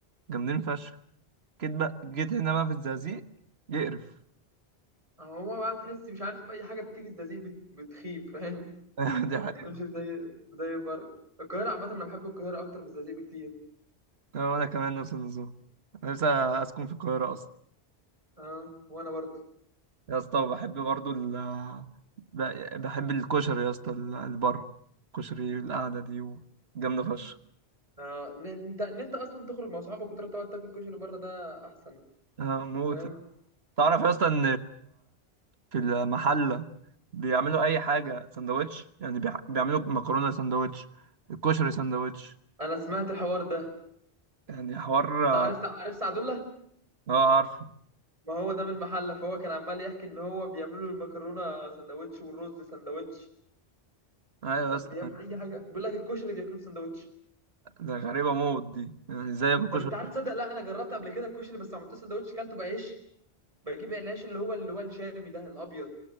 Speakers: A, on the right; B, on the right.
A: جامدين فشخ جيت بقى جيت هنا بقى في الزقازيق يقرف
B: هو بقى تحس مش عارف اي حاجه بتيجي الزقازيق بت- بتخيب فاهم
A: <laughs> دي
B: ما
A: حقيقة
B: بتكونش زي زي بره القاهره عامه انا بحب القاهره اكتر من الزقازيق بكتير
A: آه، وانا كمان نفس النظام انا لسه اسكن في القاهرة اصلا
B: اه وانا برضه
A: يا اسطى وبحب برضو ال ب- بحب الكشري يا اسطى ال- البر كشري القعدة دي جامدة فشخ
B: اه ان انت ان انت اصلا تخرج مع صحابك وتروح تقعد تاكل كشري بره ده احسن
A: آه، موت
B: فاهم
A: تعرف يا اسطى ان في المحلة بيعملوا اي حاجة سندوتش يعني بيع- بيعملوا مكرونة سندوتش الكشري سندوتش
B: انا سمعت الحوار ده
A: يعني حوار
B: انت
A: اه
B: عارف عارف سعد الله
A: آه، عارفه
B: ما هو ده من المحله فهو كان عمال يحكي ان هو بيعملوا المكرونه سندوتش والرز سندوتش
A: ايوه
B: كان
A: يا اسطى
B: بيعمل اي حاجه بيقول لك الكشري بياكلوه في سندوتش
A: ده غريبة موت دي يعني ازاي اكل كشري
B: طب انت عارف تصدق لا انا جربت قبل كده الكشري بس ما عملتوش سندوتش كلته بعيش بجيب العيش اللي هو اللي هو الشامي ده الابيض